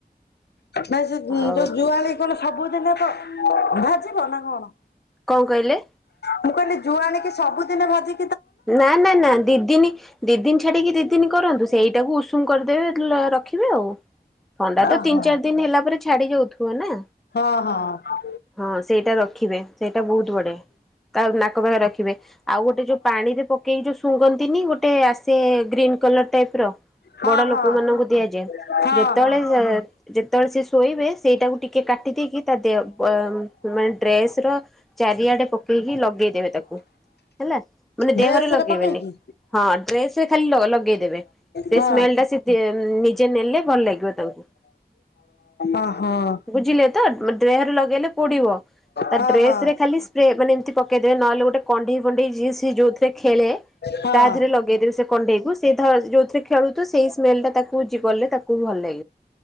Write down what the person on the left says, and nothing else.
ନା ସେ ଯୋଉ
ଯୁଆଳ କଣ ସବୁଦିନେ ତ। ଭାଜି ବନା କଣ?
ମୁଁ କହିଲେ ଯୁଆଣେ କି ସବୁଦିନେ ଭାଜି
ଓହୋ।
ହଁ ହଁ।
ହଁ
ହଁ
ହଁ
ହଁ
ଡ୍ରେସ୍
ରେ ପକେଇକି?
ହଁ
ଓହୋ ହଁ
ହଁ
ହଁ
ହଁ।